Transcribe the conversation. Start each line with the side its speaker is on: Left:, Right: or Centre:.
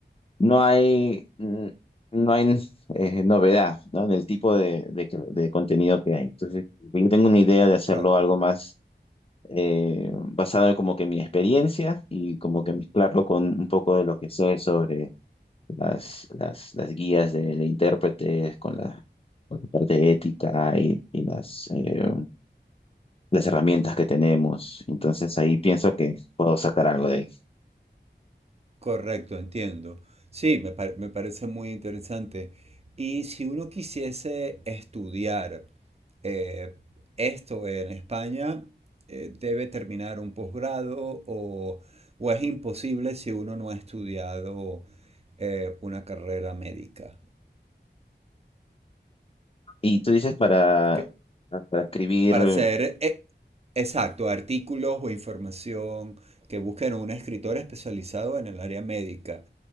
Left: no hay, mm, no hay <laughs> eh, novedad, ¿no? En el tipo de, de, que- de contenido que hay. Entonces, yo tengo una idea de hacerlo
Right: Claro,
Left: algo más eh, basado en como que mi experiencia y como que mezclarlo con un poco de lo que sé sobre las, las, las guías de, de intérpretes, con la, con la parte ética y, y las, eh, las herramientas que tenemos. Entonces ahí pienso que puedo sacar algo de ahí.
Right: correcto, entiendo. Sí, me, par- me parece muy interesante. Y si uno quisiese estudiar eh, esto en España, eh, ¿debe terminar un posgrado o, o es imposible si uno no ha estudiado eh, una carrera médica?
Left: Y tú dices para,
Right: ¿Qué,
Left: para escribir,
Right: Para hacer, eh, exacto, artículos o información que busquen un escritor especializado en el área médica.